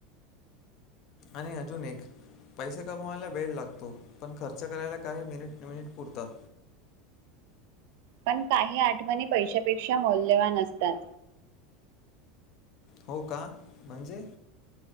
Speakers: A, on the left (about 40°); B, on the right (about 60°).
A: आणि अजून एक -- पैसे कमवायला वेळ लागतो. पण खर्च करायला काही मिनिट मिनिट पुरतात.
B: पण काही आठवणी पैशापेक्षा मौल्यवान असतात.
A: हो का म्हणजे?